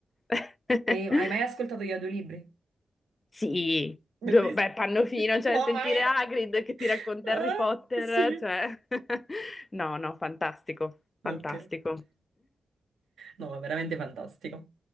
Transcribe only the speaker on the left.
<laughs>
Sì, due-
beh, Pannofino, cioè
sentire
Hagrid che ti racconta
Harry Potter,
cioè... <laughs> No, no, fantastico, fantastico.